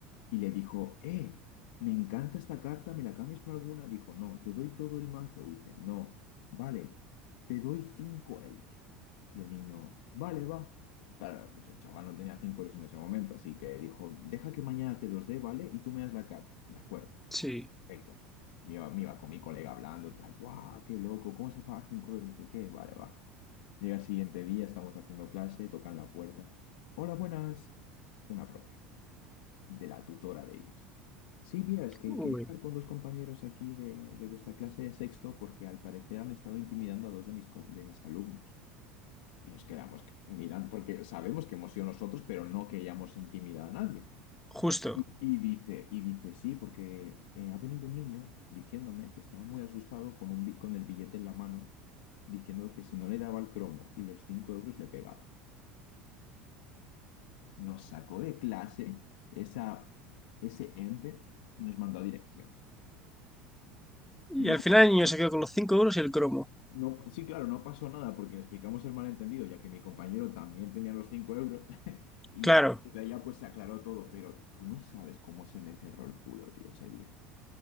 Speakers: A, on the left; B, in the centre.
A: Y le dijo, eh, me encanta esta carta, ¿me la cambias por alguna? Dijo, no, te doy todo el mazo. Dice, no, vale, te doy 5 euros. Y el niño, vale, va. Claro, pues el chaval no tenía 5 euros en ese momento, así que dijo, deja que mañana te los dé, ¿vale? Y tú me das la carta. De acuerdo.
B: sí.
A: Perfecto. Me iba, me iba con mi colega hablando, tal, ¡guau! ¡Qué loco! ¿Cómo se pagar 5 euros? No sé qué. Vale, va. Llega el siguiente día, estamos haciendo clase, tocan la puerta. Hola, buenas. Una profe, de la tutora de ellos. Sí, mira, es que
B: Uy,
A: quería hablar con dos compañeros aquí de, de vuestra clase de sexto porque al parecer han estado intimidando a dos de mis, com- de mis alumnos. Y nos quedamos mirando porque sabemos que hemos sido nosotros, pero no queríamos intimidar a nadie.
B: justo.
A: Y, y dice, y dice, sí, porque eh, ha venido un niño diciéndome que estaba muy asustado con, un, bi- con el billete en la mano, diciendo que si no le daba el cromo y los 5 euros le pegaba. Nos sacó de clase esa, ese ente y nos mandó a dirección.
B: Y
A: No,
B: al
A: no
B: final
A: pasó
B: el niño
A: nada.
B: se quedó con los 5 euros y el cromo.
A: No- sí, claro, no pasó nada porque explicamos el malentendido, ya que mi compañero también tenía los 5 euros <laughs> y
B: Claro.
A: a partir de allá pues se aclaró todo, pero tú no sabes cómo se me cerró el culo, tío, ese día.